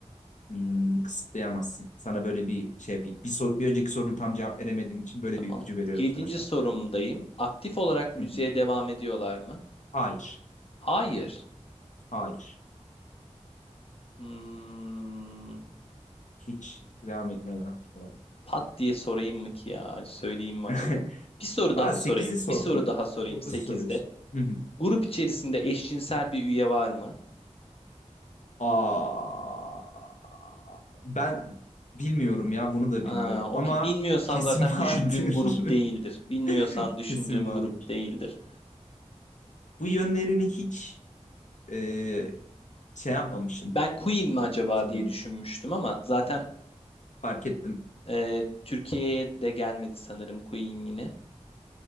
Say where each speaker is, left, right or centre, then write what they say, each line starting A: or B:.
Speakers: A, on the left; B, on the left.
A: Hmm, kısıtlayamazsın. Sana böyle bir şey yapayım. Bir, sor- bir önceki sorunu tam cevap veremediğim için böyle
B: Tamam.
A: bir ipucu veriyorum
B: Yedinci
A: sana şu
B: sorumdayım.
A: an.
B: Aktif olarak müziğe
A: Hı hı.
B: devam ediyorlar mı?
A: Hayır.
B: Hayır.
A: Hayır.
B: Hmm,
A: Hiç devam etmiyorlar aktif olarak.
B: pat diye sorayım mı ki ya? Söyleyeyim mi
A: <laughs>
B: acaba? Bir soru
A: Valla
B: daha
A: 8'i
B: sorayım.
A: sordun.
B: Bir soru daha sorayım
A: dokuzu
B: sekizde.
A: soruyorsun. Hı hı.
B: Grup içerisinde eşcinsel bir üye var mı?
A: Aa, ben bilmiyorum ya bunu da
B: Aa,
A: bilmiyorum.
B: okey.
A: Ama
B: Bilmiyorsan
A: kesin
B: zaten düşündüğüm
A: vardır.
B: grup değildir. Bilmiyorsan
A: <laughs>
B: düşündüğüm
A: Kesin vardır.
B: grup değildir.
A: Bu yönlerini hiç e, şey yapmamışım
B: Ben Queen mi acaba
A: sanırım.
B: diye düşünmüştüm ama zaten
A: Fark ettim.
B: e, Türkiye'ye de gelmedi sanırım Queen yine.